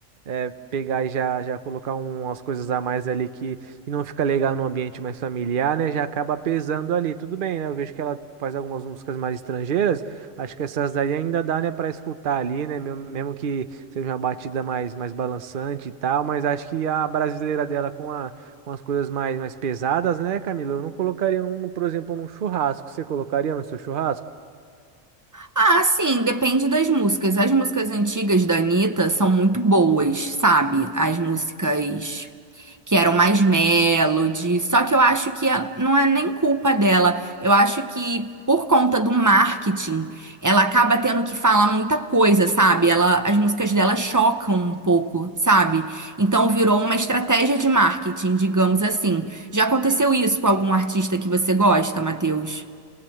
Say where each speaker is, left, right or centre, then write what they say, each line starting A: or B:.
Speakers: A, on the right; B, on the right.
A: é, pegar e já, já colocar um, umas coisas a mais ali que e não fica legal num ambiente mais familiar, né? Já acaba pesando ali. Tudo bem, né? Eu vejo que ela faz algumas músicas mais estrangeiras. Acho que essas daí ainda dá, né, para escutar ali, né? Mesmo mesmo que seja uma batida mais, mais balançante e tal, mas acho que a brasileira dela com a, com as coisas mais, mais pesadas, né, Camila? Eu não colocaria, num, por exemplo, num churrasco. Você colocaria no seu churrasco?
B: Ah, sim, depende das músicas. As músicas antigas da Anitta são muito boas, sabe? As músicas que eram mais melody. Só que eu acho que a- não é nem culpa dela. Eu acho que por conta do marketing, ela acaba tendo que falar muita coisa, sabe? Ela, as músicas dela chocam um pouco, sabe? Então virou uma estratégia de marketing, digamos assim. Já aconteceu isso com algum artista que você gosta, Matheus?